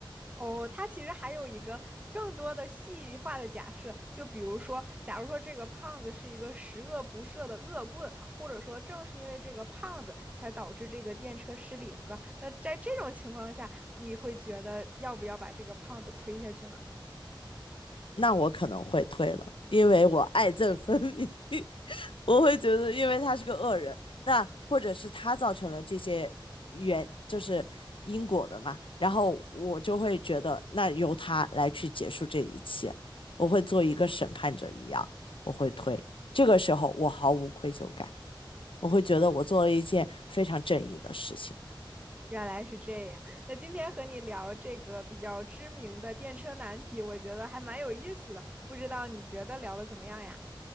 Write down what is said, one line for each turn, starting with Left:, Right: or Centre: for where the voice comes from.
Right: 哦，它其实还有一个更多的细化的假设，就比如说，假如说这个胖子是一个十恶不赦的恶棍，或者说正是因为这个胖子才导致这个电车失灵的，那在这种情况下，你会觉得要不要把这个胖子推下去呢？
Left: 那我可能会推了，因为我爱憎分明 <laughs>，我会觉得因为他是个恶人，那或者是他造成了这些原就是因果的嘛，然后我就会觉得那由他来去结束这一切，我会做一个审判者一样，我会推，这个时候我毫无愧疚感，我会觉得我做了一件非常正义的事情。
Right: 原来是这样。那今天和你聊这个比较知名的电车难题，我觉得还蛮有意思的，不知道你觉得聊的怎么样呀？